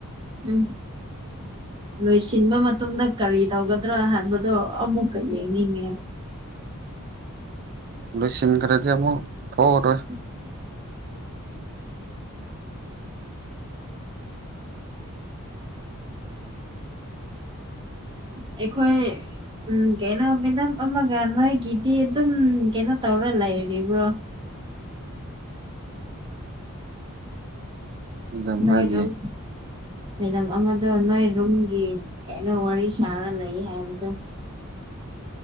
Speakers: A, on the right; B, on the right.
A: ꯎꯝ ꯂꯣꯏꯁꯤꯟꯕ ꯃꯇꯨꯡꯗ ꯀꯔꯤ ꯇꯧꯒꯗ꯭ꯔꯥ ꯍꯥꯏꯕꯗꯣ ꯑꯃꯨꯛꯀ ꯌꯦꯡꯅꯤꯡꯉꯦ
B: ꯂꯣꯏꯁꯤꯟꯈ꯭ꯔꯗꯤ ꯑꯃꯨꯛ ꯊꯣꯛꯑꯔꯣꯏ
A: <inaudible> ꯑꯩꯈꯣꯏ ꯎꯝ ꯀꯩꯅꯣ ꯃꯦꯗꯥꯝ ꯑꯃꯒ ꯅꯣꯏꯒꯤꯗꯤ ꯑꯗꯨꯝ ꯀꯩꯅꯣ ꯇꯧꯔ ꯂꯩꯔꯤꯕ꯭ꯔꯣ <inaudible>
B: ꯑꯗꯨꯝ
A: ꯅꯣꯏꯔꯝ
B: ꯍꯥꯏꯗꯤ
A: ꯃꯦꯗꯥꯝ ꯑꯃꯗ ꯅꯣꯏ ꯔꯝ ꯒꯤ ꯀꯩꯅꯣ ꯋꯥꯔꯤ ꯁꯥꯔ ꯂꯩ ꯍꯥꯏꯕꯗꯣ